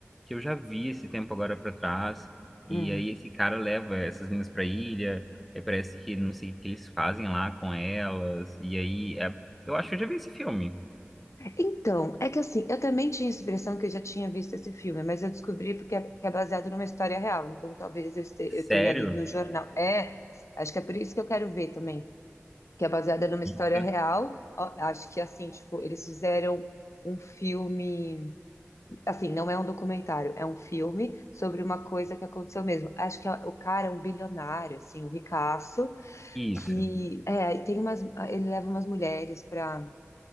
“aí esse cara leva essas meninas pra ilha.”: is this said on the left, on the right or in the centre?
Centre